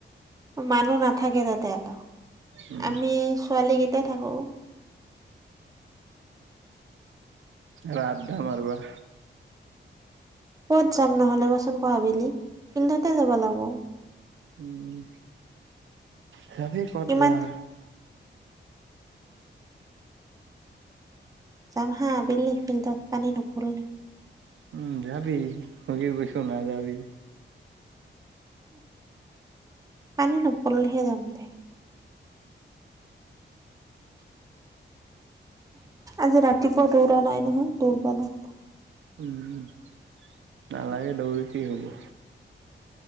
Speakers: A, on the right; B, on the right.
A: মানুহ নাথাকে তাতে এটা
B: উম
A: আমি ছোৱালীকেইটাই থাকোঁ।
B: ৰাধা মাৰিবা।
A: ক'ত যাম নহ'লে কচোন ক' আবেলি ফিল্ডতে যাবা লাগব।
B: উম, যাবি ক'ত
A: কিমান
B: যোৱা। <inaudible>
A: যাম হা আবেলি ফিল্ডত পানী নুপুৰিলে।
B: উম, যাবি সজি কৈছো নাযাবি।
A: উহ। পানী নপৰলেহে যাম দে। আজি ৰাতিপুৱা দৌৰা নাই নহয়, দৌৰিবা লাগব'।
B: উম, নালাগে দৌৰি কি হ'ব।